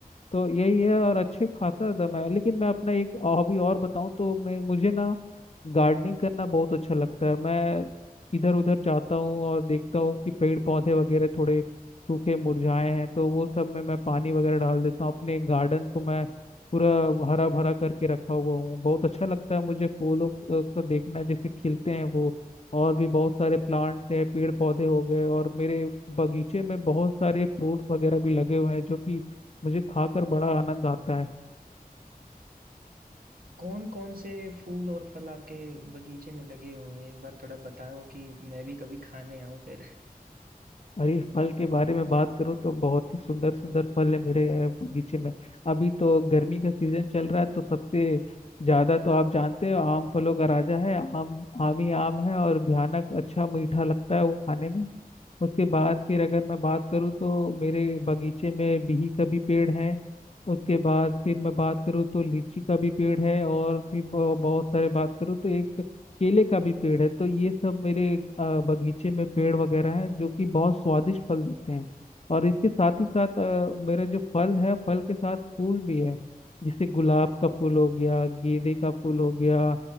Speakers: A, on the left (about 45°); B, on the right (about 70°).
A: तो यही है और अच्छे खाता था मैं लेकिन मैं अपना एक हॉबी और बताऊं तो मैं मुझे ना गार्डनिंग करना बहुत अच्छा लगता है मैं इधर उधर जाता हूँ और देखता हूँ कि पेड़ पौधे वगैरह थोड़े सूखे मुरझाए हैं तो वो सब में मैं पानी वगैरह डाल देता हूँ अपने गार्डन को मैं पूरा हरा भरा करके रखा हुआ हूँ बहुत अच्छा लगता है मुझे फूलों को को देखना जैसे खिलते हैं वो और भी बहुत सारे प्लांट्स हैं पेड़ पौधे हो गए और मेरे बगीचे में बहुत सारे फ्रूट्स वगैरह भी लगे हुए हैं जो कि मुझे खाकर बड़ा आनंद आता है
B: कौन कौन से फूल और फल आपके बगीचे में लगे हुए हैं एक बार थोड़ा बताओ कि मैं भी कभी खाने आऊं फिर
A: और ये फल के बारे में बात करूँ तो बहुत ही सुंदर सुंदर फल है मेरे अ, बगीचे में अभी तो गर्मी का सीजन चल रहा है तो सबसे ज्यादा तो आप जानते हो आम फलों का राजा है आम आम ही आम है और भयानक अच्छा मीठा लगता है वो खाने में उसके बाद फिर अगर मैं बात करूँ तो मेरे बगीचे में बिही का भी पेड़ है उसके बाद फिर मैं बात करूँ तो लीची का भी पेड़ है और भी बहु- बहुत सारे बात करूँ तो एक केले का भी पेड़ है तो ये सब मेरे अ, बगीचे में पेड़ वगैरह है जो कि बहुत स्वादिष्ट फल देते हैं और इसके साथ ही साथ अ, मेरे जो फल है फल के साथ फूल भी है जैसे गुलाब का फूल हो गया गेंदे का फूल हो गया